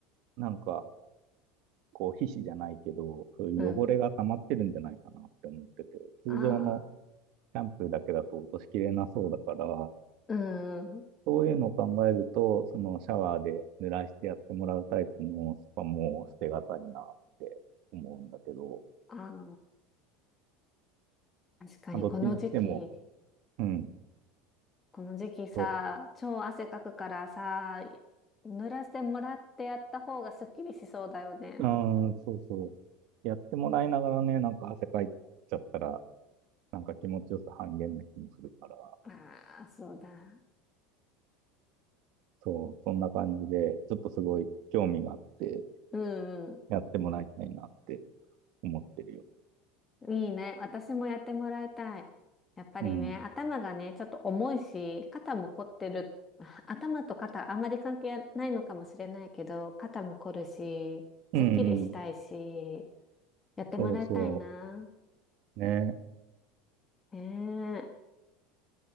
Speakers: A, on the right; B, on the left.
A: なんか、こう皮脂じゃないけど、そういう汚れが溜まってるんじゃないかなって思ってて、
B: うん。
A: 通常の
B: ああ、
A: シャンプーだけだと落としきれなそうだから、
B: うんうん。
A: そういうのを考えると、そのシャワーで濡らしてやってもらうタイプのスパも捨てがたいなって思うんだけど、
B: ああ、確かにこの時期、
A: まあ、どっちにしても、うん、
B: この時期さ、
A: そ
B: 超汗かくからさ、濡らしてもらってやった方がすっきりしそうだよね。
A: う、あーそうそう。やってもらいながらね、なんか汗かいちゃったら、なんか気持ちよさ半減な気もするから、
B: ああ、そうだ。
A: そう、そんな感じで、ちょっとすごい興味があって、
B: うん
A: やってもらいたいなって思ってるよ。
B: いいね。私もやってもらいたい。やっぱりね、
A: うん。
B: 頭がね、ちょっと重いし、肩も凝ってる。<laughs> あ頭と肩、あんまり関係ないのかもしれないけど、肩も凝るし、すっきりしたいし、
A: うんうん。
B: やってもらいたいな。
A: そうそう。ね。
B: へえ。